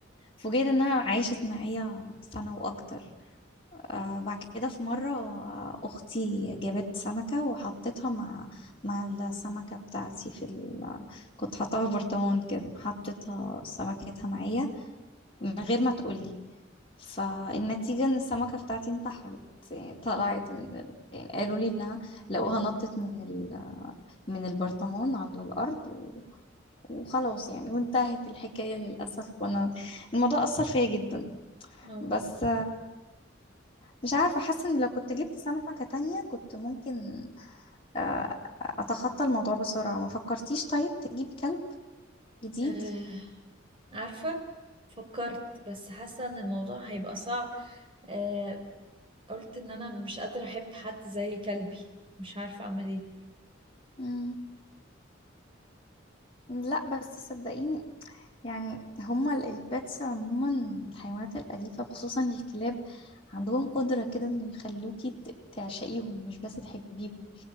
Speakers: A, on the left; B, on the right.
A: فوجئت انها عاشت معايا سنه واكتر آه بعد كده في مرة آه، أختي جابت سمكة وحطيتها مع مع السمكة بتاعتي في ال... كنت حاطاها في برطمان كده حطيتها سمكتها معايا من غير ما تقولي فالنتيجة إن السمكة بتاعتي انتحرت يعني طلعت من ال... يعني قالوا لي إنها لقوها نطت من ال... من البرطمان على الأرض و... وخلاص يعني وانتهت الحكاية للأسف وأنا الموضوع أثر فيا جدا
B: اه
A: بس مش عارفة حاسة ان لو كنت جبت سمكة تانية كنت ممكن آه، اتخطى الموضوع بسرعة ما فكرتيش طيب تجيبي كلب جديد
B: آه، عارفة فكرت بس حاسة ان الموضوع هيبقى صعب آه، قلت ان انا مش قادرة احب حد زي كلبي مش عارفة اعمل ايه
A: مم. لا بس صدقيني يعني هما ال- البيتس عموما الحيوانات الأليفة خصوصا الكلاب عندهم قدرة كده انه يخلوكي ت- تعشقيهم مش بس تحبيهم